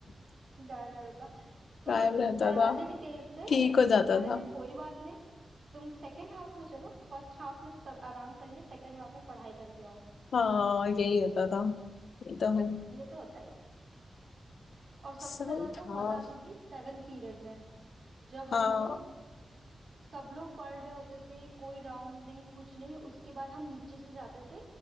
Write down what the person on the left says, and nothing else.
<laughs>
गायब रहता
था
ठीक
हो जाता था
हाँ यही होता था ये तो है
सही
था
हाँ